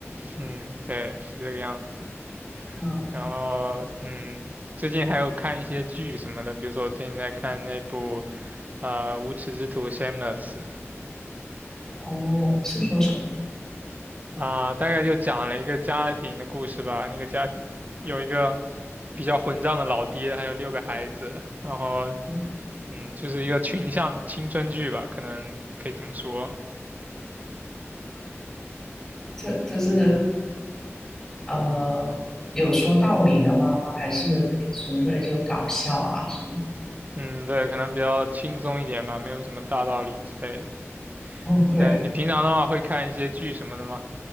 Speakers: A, on the right; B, on the left.
A: 嗯，对，是这个样子。
B: 嗯
A: 然后，嗯，最近还有看一些剧什么的，比如说我最近在看那部，呃，《无耻之徒》（Shameless）
B: 哦，是说什么呢？
A: 啊、大概就讲了一个家庭的故事吧。那个家庭有一个比较混账的老爹，还有六个孩子，然后，
B: 嗯，
A: 嗯，就是一个群像青春剧吧，可能可以这么说。
B: 这这是呃有说道理的吗？还是纯粹就搞笑啊什么的？
A: 嗯，对，可能比较轻松一点吧，没有什么大道理之类的。
B: 哦，对
A: 对，你平常的话会看一些剧什么的吗？